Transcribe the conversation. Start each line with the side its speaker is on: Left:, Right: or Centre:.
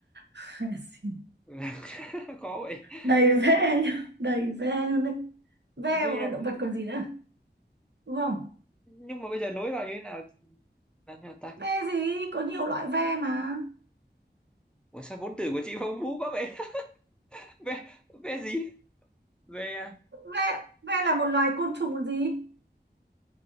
Right: <laughs>
Centre: ve <laughs> khó vậy
Right: Đầy ve
Centre: ve
Right: nhá Đầy ve Ve
Centre: ve
Right: một là động
Centre: mà không-
Right: vật còn gì nữa Đúng không
Centre: nhưng mà bây giờ nối vào như thế nào là như nào ta
Right: Ve gì? Có nhiều loại ve mà.
Centre: ủa sao vốn từ của chị phong phú quá vậy <laughs> ve ve gì ve
Right: Ve, ve là một loài côn trùng còn gì?